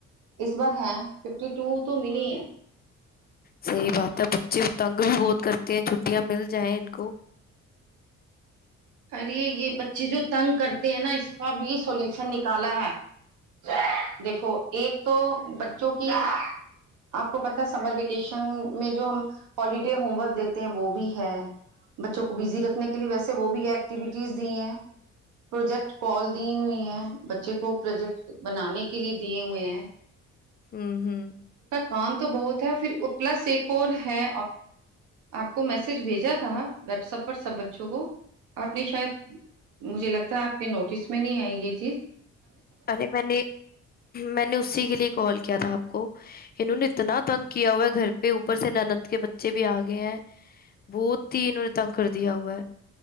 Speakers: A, on the right; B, on the left.
A: ਇਸ ਬਾਰ ਹੈ ਫਿਫਟੀ ਟੂ ਤੋਂ ਮਲੀ ਹੈ
B: ਸਹੀ ਬਾਤ ਹੈ ਬੱਚੇ ਤੰਗ ਵੀ ਬਹੁਤ ਕਰਤੇ ਹੈ ਛੁੱਟੀਆਂ ਮਿਲ ਜਾਏ ਇਨਕ
A: ਅ ਯ ਬੱਚੇ ਜੋ ਤੰਗ ਕਰਤੇ ਹੈ ਨਾ ਇਸ ਵੀ ਸੋਲਊਸ਼ਨ ਨਿਕਾਲਾ ਹੈ ਦੇਖੋ ਇੱਕ ਤਾਂ ਬੱਚੱਚੋਂ ਕੀ ਆਪਕ ਪਤਾ ਸਮਰ ਵੇਕੇਸ਼ਨ ਮੇ ਜੋ ਹਮ ਹਲੀਡੇ ਹੋਮਵਰਕ ਦੇਤੇ ਹੈ ਉਹ ਵੀ ਹੈ ਬੱਚੇ ਬੀ ਰੱਖ ਕੇ ਲਈ ਵੈੇ <unintelligible> ਐਟੀਿਵਿਟੀਜ਼ ਦੀ ਹੈ ਪ੍ਰੋਜੈਕਟ ਕਲ ਦੀ ਹੋਈ ਹੈ ਬੱਚੇ ਕੋ ਪ੍ਰੋਜੈਕਟ ਬਣਾੇ ਕੇ ਲ ਦਿਏ ਹੋਏ ਹੈ
B: ਹਮ ਹਮ
A: ਹਾਨ ਤੂੰ ਬਹੁਤ ਹੈ ਫਿਰ ਪਲੱਸ ਇੱਕ ਔਰ ਹੈ ਆਪਕੌ ਮੈਸੇਜ ਭੇਜਾ ਥਾ ਵਟਸਐਪ ਪਰ ਸਭ ਬੱਚੋ ਕੋ ਆਪ ਨੇ ਸ਼ਾਇਦ ਮੁਝੇ ਲਗਤਾ ਆਪ ਕੇ ਨੋਟਿਸ ਮੈਂ ਨਹੀਂ ਆਈ ਇਹ ਚੀਜ਼
B: ਅਰੇ ਮੈਂ ਮੈਂ ਨੇ ਉਸੀ ਕੇ ਲਿੇਏ ਕਾਲ ਕਿਆ ਥਾ ਆਪਕੋ ਇਹਨੌ ਨੇ ਇਤਨਾ ਤੰਗ ਕੀਤਾ ਹੋਇਆ ਘਰ ਪੇ ਉੱਪਰ ਸ ਨਨੰਦ ਕੇ ਬੱਚੇ ਵੀ ਆ ਗਏ ਹੈ ਬਹੁਤ ਹੀ ਇਹ ਤੰਗ ਕਰਦੀ ਹੁਆ ਹੈ